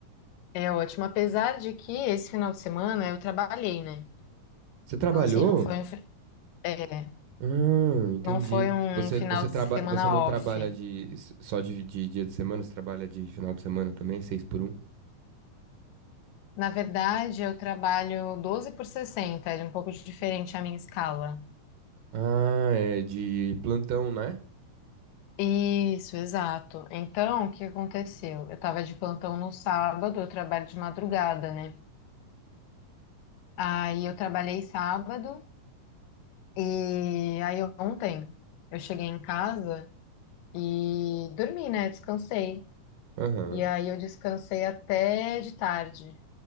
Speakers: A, on the left; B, on the right.
A: É ótimo, apesar de que esse final de semana eu trabalhei, né?
B: Você trabalhou?
A: Então, assim, não foi um, fi- é,
B: Ah, entendi.
A: não foi um
B: Você,
A: final
B: você,
A: de
B: traba...
A: semana
B: você não
A: off.
B: trabalha de... s- só de, de dia de semana, você trabalha de final de semana também, seis por um?
A: Na verdade, eu trabalho 12 por 60, é um pouco diferente a minha escala.
B: Ah, é de plantão, né?
A: Isso, exato. Então, o que aconteceu? Eu estava de plantão no sábado, eu trabalho de madrugada, né? Aí eu trabalhei sábado e aí ontem eu cheguei em casa e dormi, né? Descansei.
B: Aham.
A: E aí eu descansei até de tarde.